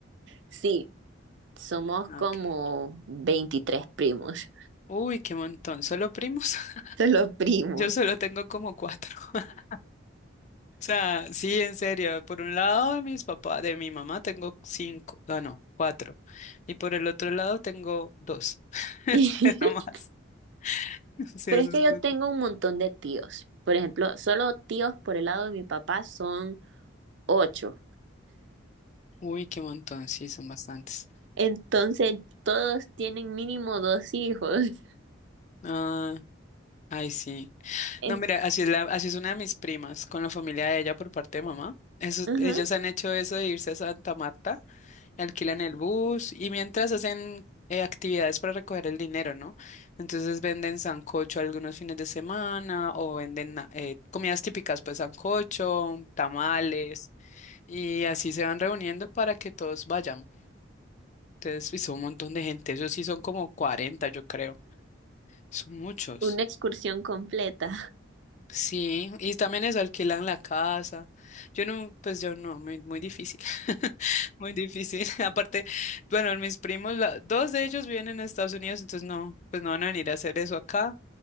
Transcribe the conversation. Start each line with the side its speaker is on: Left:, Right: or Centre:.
Right: Sí, somos
Left: Ok.
Right: como 23 primos,
Left: Uy, qué montón. ¿Solo primos? <laughs>
Right: <laughs> son los primos.
Left: Yo solo tengo como cuatro. <laughs> O sea, sí, en serio. Por un lado de mis papás, de mi mamá tengo cinco. No, no, cuatro. Y por el otro lado tengo dos. <laughs> Es
Right: <laughs>
Left: que No más. <laughs> Sí,
Right: Pero
Left: es
Right: es
Left: un
Right: que yo
Left: poquito.
Right: tengo un montón de tíos. Por ejemplo, solo tíos por el lado de mi papá son ocho.
Left: Uy, qué montón. Sí, son bastantes.
Right: Entonces, todos tienen mínimo dos hijos. <laughs>
Left: Ah, ay, sí.
Right: En-
Left: No, mira, así es la, así es una de mis primas, con la familia de ella por parte de mamá. Eso,
Right: Ajá.
Left: ellos han hecho eso de irse a Santa Marta, alquilan el bus y mientras hacen eh, actividades para recoger el dinero, ¿no? Entonces venden sancocho algunos fines de semana o venden na- eh, comidas típicas, pues sancocho, tamales y así se van reuniendo para que todos vayan. Entonces, y son un montón de gente, Esos sí son como 40, yo creo. Son muchos.
Right: una excursión completa.
Left: Sí, y también es alquilan la casa. Yo no, pues yo no, muy, muy difícil, <laughs> muy difícil. <laughs> Aparte, bueno, mis primos, la- dos de ellos viven en Estados Unidos, entonces no, pues no van a venir a hacer eso acá.